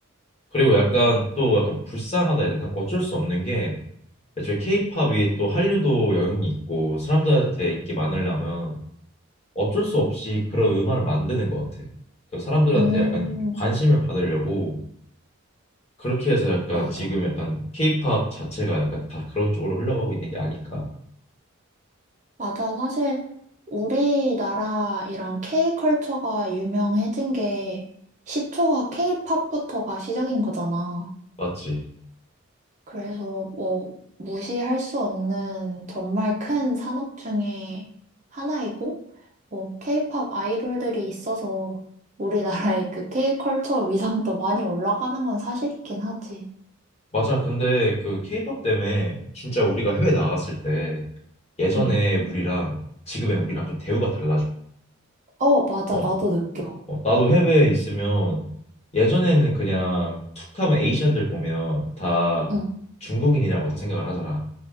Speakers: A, on the left; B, on the right.
A: 그리고 약간 또 약간 불쌍하다 해야 되나? 어쩔 수 없는 게 애초에 케이팝이 또 한류도 영향이 있고 사람들한테 인기 많으려면 어쩔 수 없이 그런 음악을 만드는 것 같아. 그 사람들한테
B: 음,
A: 약간 관심을 받으려고 그렇게 해서 약간
B: 맞아.
A: 지금 약간 케이팝 자체가 약간 다 그런 쪽으로 흘러가고 있는 게 아닐까.
B: 맞아. 사실 우리나라 이런 K컬처가 유명해진 게 시초가 K팝부터가 시작인 거잖아.
A: 맞지?
B: 그래서 뭐 무시할 수 없는 정말 큰 산업 중에 하나이고, 뭐 K팝 아이돌들이 있어서 우리나라의 그 K컬처 위상도 많이 올라가는 건 사실이긴 하지.
A: 맞아. 근데 그 케이팝 때문에 진짜 우리가 해외 나갔을 때 예전에
B: 응.
A: 우리랑 지금의 우리랑 좀 대우가 달라져.
B: 어, 맞아.
A: 어,
B: 나도 느껴.
A: 어, 나도 해외에 있으면 예전에는 그냥 툭 하면 에이시안들 보면 다
B: 응.
A: 중국인이라고 다 생각을 하잖아.